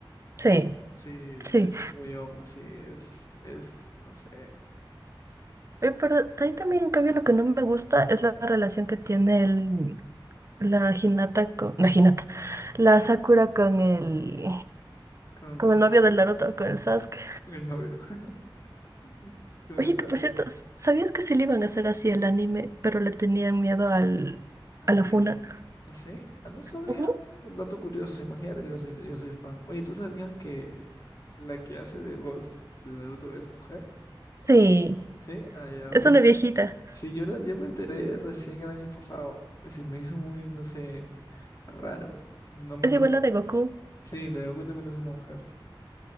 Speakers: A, on the right; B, on the left.
A: Sí,
B: Sí,
A: sí.
B: es muy hombre, sí, es, es, no sé,
A: Eh, Pero de ahí también, en cambio, lo que no me gusta es la relación que tiene el, la Hinata con, la Hinata, la Sakura con el,
B: con
A: con
B: Sasuke,
A: el novio del Naruto, con el Sasuke.
B: <laughs> con el novio, <laughs> con
A: Oye,
B: el Sasuke,
A: que por cierto, s- ¿sabías que sí le iban a hacer así el anime, pero le tenían miedo al,
B: al
A: a la
B: que,
A: funa?
B: ¿ah, sí? Ah, no sabía,
A: Ujú.
B: un dato curioso, imagínate que yo soy, yo soy fan. Oye, ¿tú sabías que la que hace de voz de Naruto es mujer?
A: Sí,
B: Sí, ah, ya,
A: es
B: mis-
A: una viejita.
B: sí, yo, lo- yo me enteré recién el año pasado, y se me hizo muy, no sé, raro, no me
A: Es
B: lo,
A: igual la de Goku.
B: sí, de Goku también lo hace una mujer,